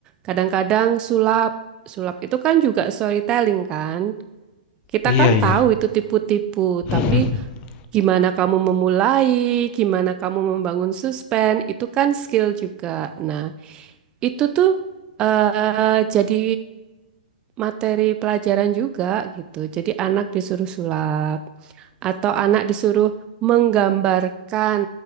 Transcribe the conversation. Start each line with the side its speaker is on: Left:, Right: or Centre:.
Right: Kadang-kadang sulap. Sulap itu kan juga storytelling kan. Kita
Left: Iya,
Right: kan
Left: iya.
Right: tahu itu tipu-tipu,
Left: <laughs>
Right: tapi gimana kamu memulai, gimana kamu membangun suspense, itu kan skill juga. Nah, itu tuh eh jadi materi pelajaran juga gitu. Jadi anak disuruh sulap atau anak disuruh menggambarkan